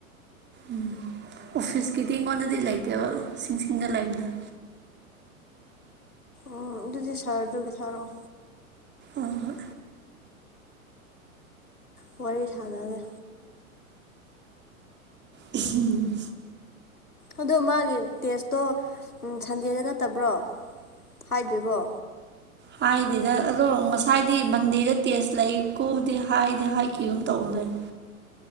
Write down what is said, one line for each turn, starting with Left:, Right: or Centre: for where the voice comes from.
Right: ꯎꯝ ꯑꯣꯐꯤꯁꯀꯤꯗꯤ ꯑꯩꯉꯣꯟꯗꯗꯤ ꯂꯩꯇꯦꯕ ꯁꯤꯡꯁꯤꯡꯗ ꯂꯩꯕꯅ
Left: ꯎꯝ ꯑꯗꯨꯗꯤ ꯁꯥꯔꯗꯨꯒꯤ ꯊꯥꯔꯛꯑꯣ
Right: ꯑꯣ
Left: ꯑꯣꯏꯔ ꯁꯥꯗꯗ
Right: ꯎꯝ
Left: ꯑ ꯃꯥꯒꯤ ꯇꯦꯁꯇꯣ ꯎꯝ ꯁꯟꯗꯦꯗ ꯅꯠꯇꯕ꯭ꯔꯣ ꯍꯥꯏꯗ꯭ꯔꯤꯕꯣ
Right: ꯍꯥꯏꯗꯦꯗ ꯑꯗꯣ ꯉꯁꯥꯏꯗꯤ ꯃꯟꯗꯦꯗ ꯇꯦꯁ ꯂꯩꯀꯣꯗꯤ ꯍꯥꯏꯗꯤ ꯍꯥꯏꯈꯤꯒꯨꯝꯝ ꯇꯧꯕꯅꯦꯦ <unintelligible>